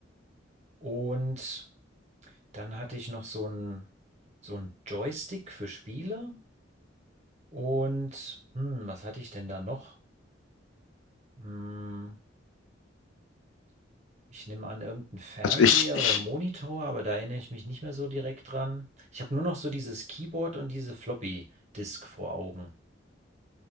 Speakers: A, on the right; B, on the left.
A: Und dann hatte ich noch so ein, so ein Joystick für Spiele. Und hm, was hatte ich denn da noch? Hm, ich nehme an, irgendein Fernseher
B: Also ich, ich,
A: oder Monitor, aber da erinnere ich mich nicht mehr so direkt dran. Ich habe nur noch so dieses Keyboard und diese Floppy-Disk vor Augen.